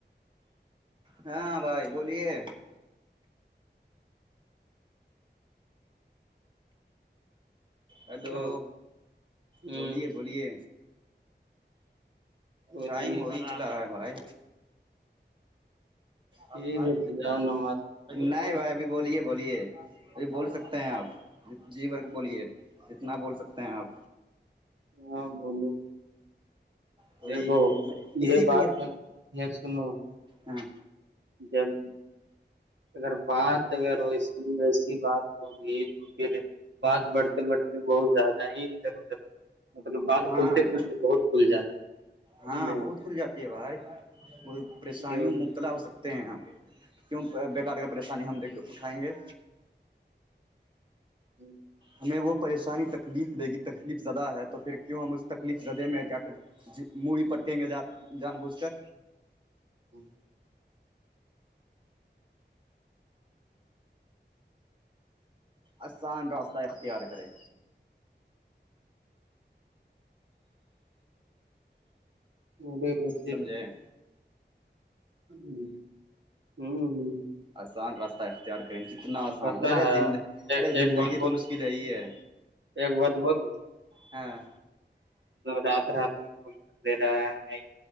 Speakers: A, on the right; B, on the right.
A: ہاں بھائی بولیے <unintelligible> <unintelligible> ہیلو
B: او ہوں
A: بولیے بولیے
B: بولیے
A: ٹائم ہوئی چلا ہے بھائی
B: ٹھیک
A: ہلو بھائی
B: ہے تو جاؤ نماز پڑھو۔
A: نہیں بھائی ابھی بولیے بولیے اھی بول سکتے ہیں آپ جی ورک بولیے جتنا بول سکتے ہیں آپ
B: ہاں بو لو
A: تو
B: دکھو
A: وہی اسی
B: یہ
A: پہ
B: بات ہے یہ سنو
A: ہاں
B: جب اگر بات و س ایسی بات ہووں گی تو پھر بات بڑھتے بڑھتے بہت زیادہ ہی ادھر ادھر مطلب بعد
A: ہاں
B: کھلتے کھلتے بہت کھل جاتا ہے
A: ہاں
B: سمجھے
A: بہت کھل جاتی ہے بھائی پریشانیوں
B: یہ ہو جاتا
A: متلا ہو سکتے ہیں ہم کیوں بکار کا پریشانی ہم د اٹھائیں گے
B: ہوں <unintelligible>
A: ہمیں وہ پریشانی تکلیف دے گی تکلیف زدہ ہے تو پھر کیوں ہم ا اس تکلیف زدہ میں جا کر جی موڑی پٹکیں گے جان جان بوجھ کر
B: ہ <unintelligible>
A: آسان راستہ اختیار کری
B: ہ ب <unintelligible>
A: سمجھےیں
B: ہوں ہ <unintelligible>
A: آسان راستہ اختیار کریں جتنا
B: اب
A: آسان
B: پتا
A: ہو ارےند
B: ہے ایک
A: ارے
B: ایک
A: زندگی
B: بات بولوں
A: تو مشکل ہے ہی ہے
B: ایک بات بولو
A: ہاں
B: رات رات میں کول کر دے رہا ہے نہیں